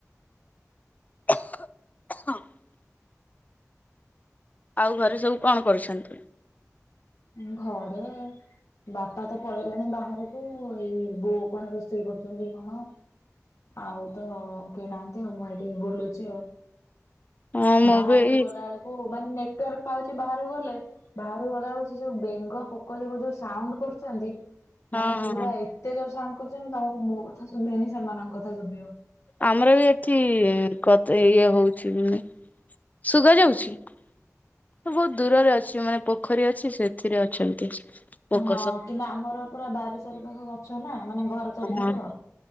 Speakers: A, on the left; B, on the left.
A: ହ ଆଉ ଘରେ ସବୁ କଣ କରୁଛନ୍ତି?
B: ଉଁ ଘରେ ବାପା ତ ପଳେଇଲେଣି ବାହାରକୁ, ଏଇ ବୋଉ କଣ ରୋଷେଇ କରୁଛନ୍ତି କଣ? ଆଉ ତ କେହି ନାହାନ୍ତି ଆଉ, ମୁଁ ଏଇଠି ବୁଲୁଛି ଆଉ।
A: ହଁ ମୁଁ
B: ବାହାରକୁ
A: ବି ଏଇ
B: ଗଲା ବେଳକୁ ମାନେ ନେଟୱାର୍କ ପାଉଛି ବାହାରକୁ ଗଲେ, ବାହାରକୁ ଗଲା ବେଳୁ ସେ ସବୁ ବେଙ୍ଗ ପୋକ ଜୋକ ଯୋଉ ସାଉଣ୍ଡ୍ କରୁଚନ୍ତି
A: ହଁ
B: ମାନେ
A: ହଁ
B: ପୁରା ଏ ଏତେ ଜୋର୍ ସାଉଣ୍ଡ କରୁଚନ୍ତି ତମକୁ ମୋ କଥା ଶୁଭିଅନି ସେମାନଙ୍କ କଥା ଶୁଭିବ।
A: ଆମର ବି ଏଠି କତ୍ ଇଏ ହଉଛି ମାନେ ଶୁଗା ଯାଉଛି। <unintelligible> ବହୁତ୍ ଦୂରରେ ଅଛି ମାନେ ପୋଖରୀ ଅଛି ସେଥିରେ ଅଛନ୍ତି। ପୋକ
B: ହଁ
A: ସବୁ
B: କିନ୍ତୁ ଆମର ପୁରା ବାରି ଚାରି ପାଖ ଗଛ ନା ମାନେ ଘର ଚାରି ପାଖର
A: ହଁ